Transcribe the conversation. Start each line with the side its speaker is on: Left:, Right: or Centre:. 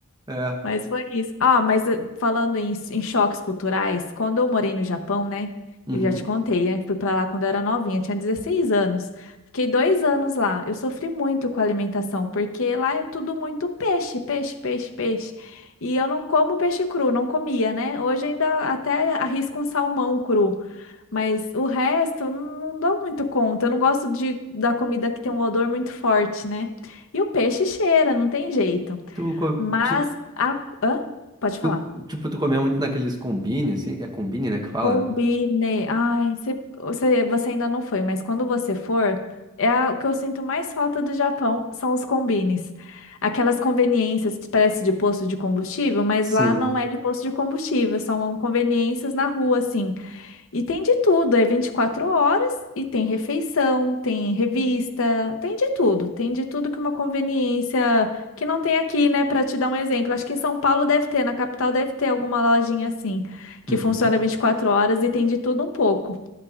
Right: É.
Left: Mas foi isso. Ah, mas eh, falando em, em choques culturais, quando eu morei no Japão, né?
Right: Uhum.
Left: Eu já te contei, né? Fui pra lá quando eu era novinha, tinha 16 anos. Fiquei dois anos lá. Eu sofri muito com a alimentação, porque lá é tudo muito peixe, peixe, peixe, peixe. E eu não como peixe cru, não comia, né? Hoje ainda até arrisco um salmão cru, mas o resto eu não, não dou muito conta. Eu não gosto de, da comida que tem um odor muito forte, né? E o peixe cheira, não tem jeito.
Right: Tu, co-
Left: Mas
Right: ti-
Left: a... Hã? Pode falar.
Right: tu- tipo, tu comeu muito naqueles combine, assim? É combine, né, que fala?
Left: Combinei. Ai, cê- você, você ainda não foi, mas quando você for, é a- o que eu sinto mais falta do Japão são os combines. Aquelas conveniências que parece de posto de combustível, mas
Right: Sim.
Left: lá não é de posto de combustível, são conveniências na rua, assim. E tem de tudo, é 24 horas e tem refeição, tem revista, tem de tudo, tem de tudo que uma conveniência que não tem aqui, né? Para te dar um exemplo, acho que em São Paulo deve ter, na capital deve ter alguma lojinha assim, que
Right: Uhum.
Left: funciona 24 horas e tem de tudo um pouco.